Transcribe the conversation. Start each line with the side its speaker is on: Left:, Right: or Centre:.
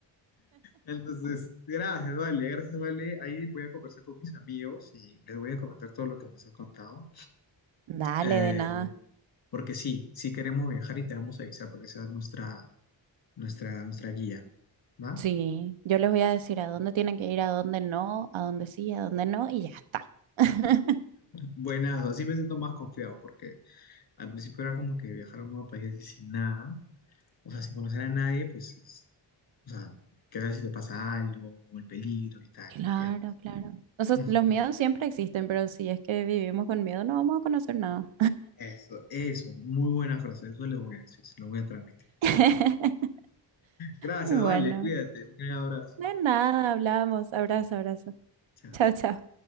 Left: Entonces, gracias, Vale, gracias, Vale. Ahí voy a conversar con mis amigos y les voy a comentar todo lo que me has contado.
Right: Dale,
Left: Eh,
Right: de nada.
Left: porque sí, sí queremos viajar y te vamos a avisar para que seas nuestra, nuestra, nuestra guía. ¿Va?
Right: Sí, yo les voy a decir a dónde tienen que ir, a dónde no, a dónde sí, a dónde no, y ya está. <laughs>
Left: Buenas, así me siento más confiado porque Al principio era como que viajar a un nuevo país y sin nada, o sea, sin conocer a nadie, pues es, o sea, qué tal si te pasa algo o el peligro y tal,
Right: Claro,
Left: ¿me ¿entiendes?
Right: claro. O sea,
Left: Ujú.
Right: los miedos siempre existen, pero si es que vivimos con miedo, no vamos a conocer nada.
Left: Eso, eso, muy buena frase, eso le voy a decir, se lo voy a transmitir.
Right: <laughs>
Left: Gracias,
Right: Y bueno,
Left: vale, cuídate, un gran abrazo.
Right: de nada, hablamos. Abrazo, abrazo.
Left: Chao.
Right: Chao, chao.